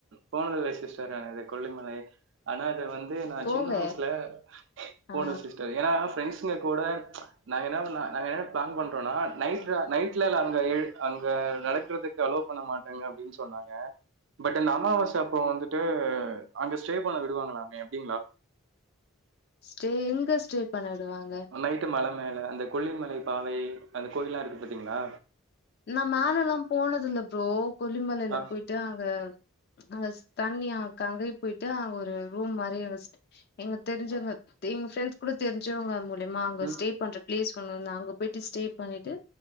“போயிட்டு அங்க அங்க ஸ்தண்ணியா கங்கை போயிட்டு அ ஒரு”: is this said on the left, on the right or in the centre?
Left